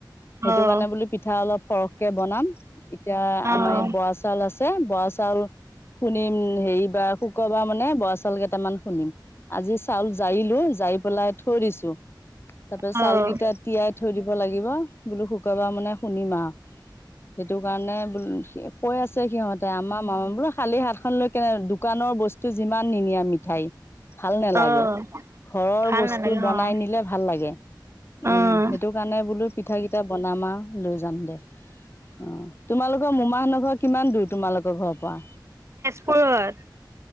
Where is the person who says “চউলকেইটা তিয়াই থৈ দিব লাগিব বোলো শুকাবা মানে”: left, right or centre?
Left